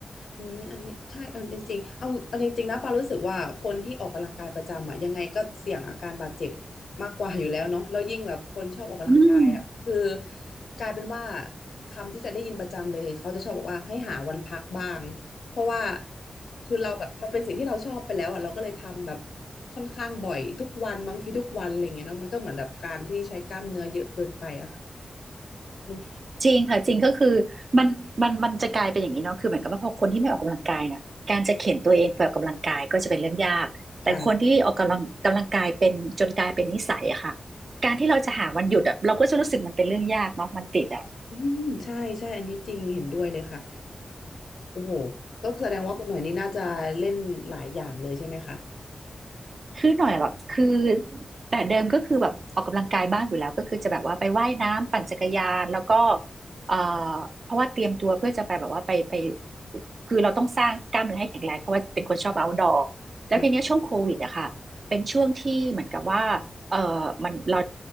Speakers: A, on the left (about 80°); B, on the right (about 45°).
A: อืมอันนี้ใช่เออจริงๆเอาเอาจริงๆนะปารู้สึกว่าคนที่ออกกำลังกายประจำอ่ะยังไงก็เสี่ยงอาการบาดเจ็บมากกว่าอยู่แล้วเนาะแล้วยิ่งแบบคนชอบออกกำลังกายอ่ะคือ
B: อืม
A: กลายเป็นว่าคำที่จะได้ยินประจำเลยเขาจะชอบบอกว่าให้หาวันพักบ้างเพราะว่าคือเราแบบมันเป็นสิ่งที่เราชอบไปแล้วอ่ะเราก็เลยทำแบบค่อนข้างบ่อยทุกวันบางทีทุกวันอะไรอย่างเงี้ยเนาะมันก็เหมือนแบบการที่ใช้กล้ามเนื้อเยอะเกินไปอะค่ะเนอะ
B: จริงค่ะจริงก็คือมันมันมันจะกลายเป็นอย่างนี้เนาะคือเหมือนกับว่าพอคนที่ไม่ออกกำลังกายน่ะการจะเข็นตัวเองไปออกกำลังกายก็จะเป็นเรื่องยากแต่คนที่ออกกำลังกำลังกายเป็นจนกลายเป็นนิสัยอะค่ะ
A: ค่ะ
B: การที่เราจะหาวันหยุดอะเราก็จะรู้สึกมันเป็นเรื่องยากเนาะมันติดอะ
A: อืมใช่ใช่อันนี้จริงเห็นด้วยเลยค่ะ โอ้โหก็แสดงว่าคุณหน่อยนี่น่าจะเล่นหลายอย่างเลยใช่ไหมคะ
B: คือหน่อยแบบคือแต่เดิมก็คือแบบออกกำลังกายบ้างอยู่แล้วก็คือจะแบบว่าไปว่ายน้ำปั่นจักรยานแล้วก็เอ่อเพราะว่าเตรียมตัวเพื่อจะไปแบบว่าไปไปคือเราต้องสร้างกล้ามเนื้อให้แข็งแรงเพราะว่าเป็นคนชอบ outdoor แล้วทีเนี้ยช่วงโควิดอะค่ะเป็นช่วงที่เหมือนกับว่าเออมันเรา
A: ค่ะ